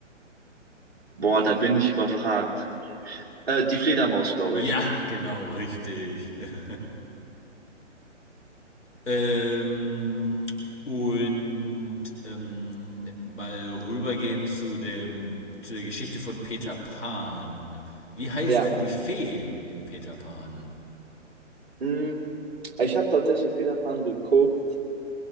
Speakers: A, on the right (about 55°); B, on the left (about 70°).
A: Boah, da bin ich überfragt. Äh, die Fledermaus, glaube
B: Ja,
A: ich.
B: genau, richtig. <laughs> Ähm, und ähm, mal rübergehen zu dem, zu der Geschichte von Peter Pan. Wie heißt
A: Ja,
B: denn die Fee in Peter Pan?
A: hm, ich habe tatsächlich Peter Pan geguckt